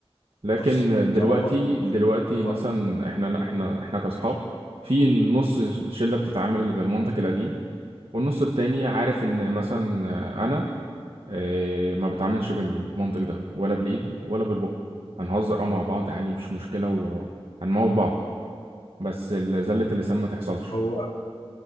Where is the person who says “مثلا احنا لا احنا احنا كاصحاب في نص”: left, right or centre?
Right